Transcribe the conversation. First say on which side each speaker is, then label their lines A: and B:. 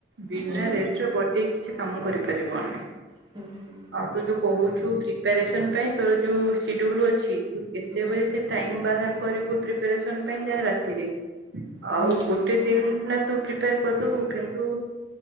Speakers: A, on the right; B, on the right.
A: ବିନା
B: ହୁଁ
A: ରେଷ୍ଟରେ ବଡି ଠିକ କିଛି କାମ କରିପାରିବନି।
B: ହୁଁଁ
A: ଆଉ ତୁ ଯୋଉ କୋହୁଛୁ ପ୍ରିପାରେସନ ପାଇଁ, ତୋର ଯୋଉ ସିଡ୍ୟୁଲ ଅଛି, ତୁ କେତେବେଳେ
B: ହୁଁ
A: ସେଇ ଟାଇମ ବାହାର କରିବୁ ପ୍ରିପାରେସନ ପାଇଁ ଯାହା ରାତିରେ। ଆଉ
B: ହୁଁ
A: ଗୋଟେ
B: ହୁଁ।
A: ଦିନ ସିନା ତୁ ପ୍ରିପାର କରିଦବୁ, କିନ୍ତୁ